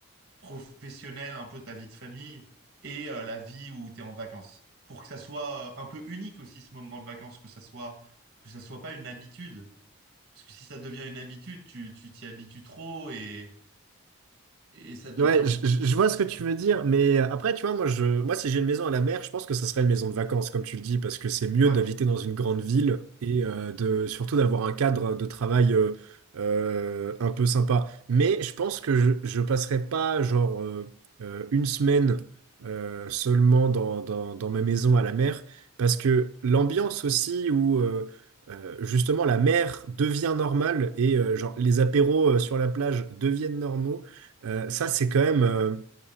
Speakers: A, on the right; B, on the right.
A: professionnelle, un peu ta vie de famille et euh, la vie où tu es en vacances. Pour que ça soit euh, un peu unique aussi ce moment de vacances, que ça soit que ça soit pas une habitude. Parce que si ça devient une habitude, tu tu t'y habitues trop et, et ça devient...
B: Ouais, je, je- je vois ce que tu veux dire, mais euh, après, tu vois, moi, je, moi, si j'ai une maison à la mer, je pense que ça serait une maison de vacances, comme tu le dis, parce que c'est mieux
A: Ouais,
B: d'habiter dans une grande ville et euh, de surtout d'avoir un cadre de travail euh, euh, un peu sympa. Mais je pense que je, je passerai pas genre euh, euh, une semaine euh, seulement dans, dans, dans ma maison à la mer, parce que l'ambiance aussi où euh, euh, justement la mer devient normale et euh, genre les apéros euh, sur la plage deviennent normaux. Euh, ça, c'est quand même, euh,